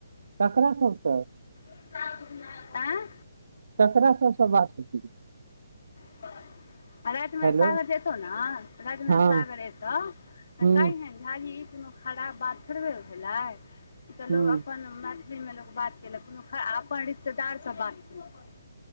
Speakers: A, on the right (about 50°); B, on the left (about 45°).
A: ककरा सब सँ
B: एकाॅं गुड़िया सा आँ
A: ककरा सब से बात करते
B: <inaudible> आ रात मे
A: हेलो
B: सागर जेतौ ने रात मे
A: हँ
B: सागर एतौ तऽ
A: हूँ
B: कहियन झा जी ई कोनो खराब बात थोड़बे भेलै ई तऽ
A: हूँ
B: लोग अपन लोक बात केलक कोनो अपन रिश्तेदार स बात केलक